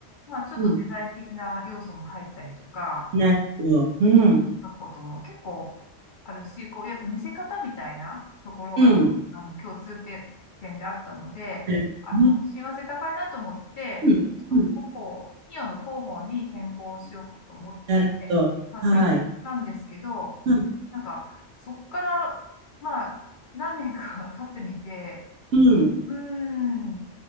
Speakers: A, on the left (about 50°); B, on the right (about 75°).
A: まあ、ちょっとデザイン的な要素も入ったりとか、
B: うん。なるほど。うん。
A: 学校とも結構あるし、こう、やっぱ見せ方みたいなところが、
B: うん。
A: あの、共通点点であったので、
B: なるほどね。
A: あの、親和性高いなと思って、
B: うん。
A: ちょっと広報、
B: うん。
A: 企業の広報に転校しようと思って、
B: なるほど。
A: まあ、
B: はい。
A: 転校したんですけど、
B: うん。
A: なんか、そっから、まあ、何年か <laughs> 経ってみて、
B: うん。し
A: うーん、